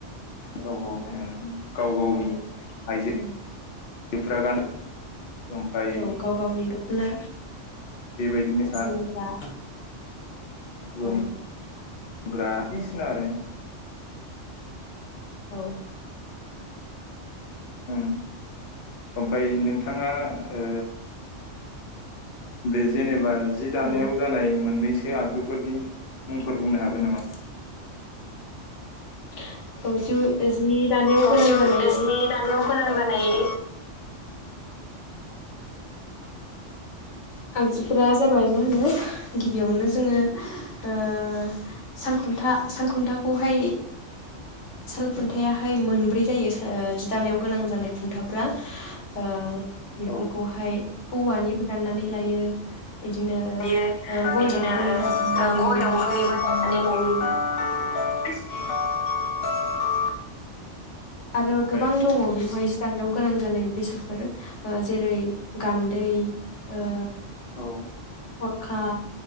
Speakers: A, on the left; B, on the left.
A: गाव गावनो गाव गावनि आइजो
B: औ
A: फ्रा गानो। ओमफ्राय
B: औ गाव गावनि दख'ना
A: बेबायदिनो
B: जोमग्रा औ
A: जोम ग्रा दिसिना आरो।
B: औ
A: ओं ओमफाय नोंथाङा ओ बे जेनेबा जि दानायाव
B: औ
A: जानाय मोननैस सो आगजुफोरनि मुंफोर बुंनो हागोन नामा?
B: <inaudible> औ जिउ ओज जि दानायाव
A: औ
B: गोनां
A: जि
B: जानाय
A: जि दानायाव गोनां जानाय
B: आगजुफोरा जाबाय मा होनो गिबियावनो जोङो ओ सालखुन्था सालखुन्थाखौहाय सालखुन्थायाहाय मोनब्रै जायो सा ओ जि दानायाव गोनां जानाय खुन्थाफ्रा ओ बेफोरखौहाय
A: औ
B: औवानिबो दाननानै लायो
A: <unintelligible>
B: बिदिनो ओ गय दंफांनिबो दाननानै लायो
A: <unintelligible>
B: आरो
A: ओमफ्राय
B: गोबां दङ बेव जि जानायाव गोनां जानाय बेसादफोर ओ जेरै गान्दै ओ
A: औ
B: हरखा